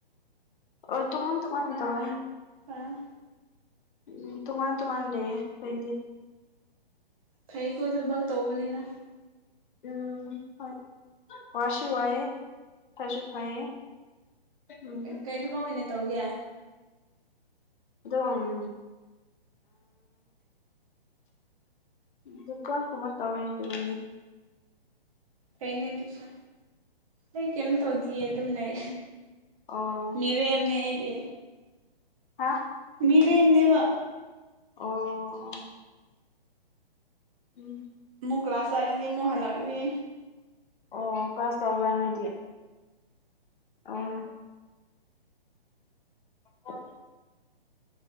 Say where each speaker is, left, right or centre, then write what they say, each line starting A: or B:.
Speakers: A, on the left; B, on the right.
A: ꯑꯣ ꯇꯣꯉꯥꯟ ꯇꯣꯉꯥꯟꯅ ꯇꯧꯋꯦ
B: ꯑ
A: ꯎꯝ ꯇꯣꯃꯥꯟ ꯇꯣꯃꯥꯟ ꯂꯩꯌꯦꯦ ꯀꯩꯗꯤ
B: ꯐꯩꯀꯣ ꯊꯕꯛ ꯇꯧꯕꯅꯤꯅ
A: ꯎꯝ ꯍ ꯋꯥꯁꯨ ꯋꯥꯏꯌꯦ ꯐꯁꯨ ꯈꯌꯦꯦ ꯎꯝ
B: ꯀꯩ ꯊꯕꯛ ꯑꯣꯏꯅ ꯇꯧꯒꯦ
A: ꯑꯗꯨꯣ ꯎꯝ ꯗꯨꯀꯥꯟ ꯀꯃ ꯇꯧ ꯑꯣꯏ ꯑꯗꯨꯕꯅꯤ
B: ꯐꯩꯅꯦꯑꯗꯨꯁꯨ ꯑꯩ ꯀꯩꯝ ꯇꯧꯗꯤꯌꯦ ꯑꯗꯨꯝ ꯂꯩ
A: ꯑꯣ
B: ꯃꯤꯔꯦꯝꯅꯦ ꯑꯩꯗꯤ
A: ꯍꯥ
B: ꯃꯤꯔꯦꯝꯅꯦꯕ
A: ꯑꯣ ꯑꯣ ꯎꯝ
B: ꯃꯨ ꯀ꯭ꯂꯥꯁ ꯇꯥꯔꯅꯤ ꯃꯣ ꯍꯜꯂꯒꯅꯤ
A: ꯑꯣ ꯀ꯭ꯂꯥꯁ ꯇꯧꯕ꯭ꯔꯥ ꯅꯣꯏꯗꯤ ꯑꯣ ꯑꯣ